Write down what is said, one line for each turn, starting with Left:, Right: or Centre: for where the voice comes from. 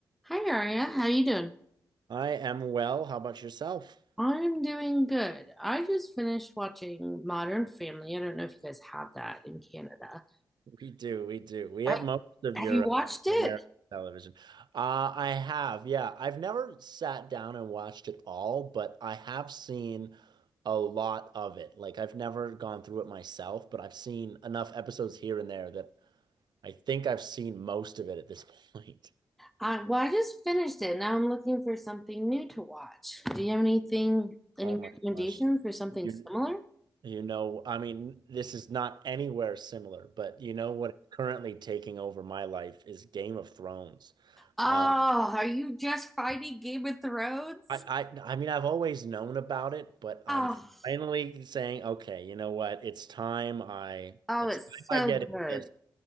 Centre: Hi Aria, how you doing?
Right: I am well. How about yourself?
Centre: I'm doing good. I just finished watching Modern Family. I don't know if you guys have that in Canada.
Right: We do, we do. We have
Centre: I
Right: most of
Centre: have
Right: your,
Centre: you watched
Right: uh, your
Centre: it?
Right: American television. Uh, I have, yeah. I've never sat down and watched it all, but I have seen a lot of it. Like I've never gone through it myself, but I've seen enough episodes here and there that I think I've seen most of it at this point. <laughs>
Centre: Uh, well, I just finished it. Now I'm looking for something new to watch. Do you have anything, any
Right: Oh my
Centre: recommendations
Right: gosh.
Centre: for something
Right: You
Centre: similar?
Right: you know, I mean, this is not anywhere similar, but you know what is currently taking over my life is Game of Thrones.
Centre: Oh,
Right: Um,
Centre: are you just fighting Game of Thrones?
Right: I, I I mean I've always known about it, but I'm
Centre: Oh,
Right: finally saying, okay, you know what? It's time I
Centre: oh,
Right: it's
Centre: it's
Right: time
Centre: so
Right: I get
Centre: good.
Right: into this.